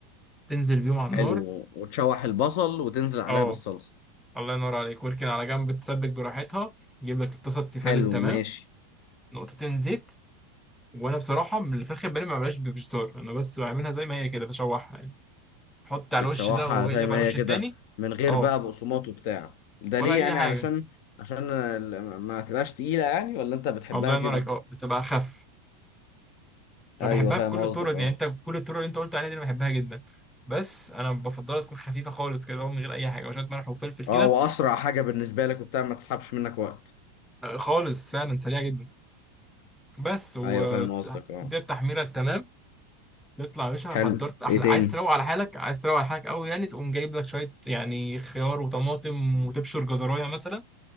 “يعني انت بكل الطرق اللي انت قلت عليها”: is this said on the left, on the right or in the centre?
Centre